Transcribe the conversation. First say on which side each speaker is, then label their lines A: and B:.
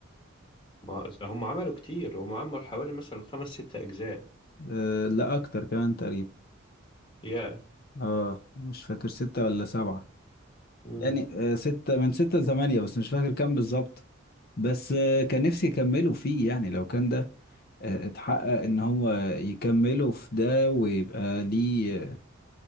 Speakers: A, on the left; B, on the left.
A: ما هم عملوا كتير هم عملوا حوالي مثلا خمس ست أجزاء
B: آه لا اكتر كمان تقريبا
A: يا
B: اه مش فاكر ستة ولا سبعة
A: امم
B: يعني آه، ستة من ستة لثمانية بس مش فاكر كام بالظبط بس آه، كان نفسي يكملوا فيه يعني لو كان ده آه، اتحقق ان هو يكملوا في ده ويبقى ليه آه،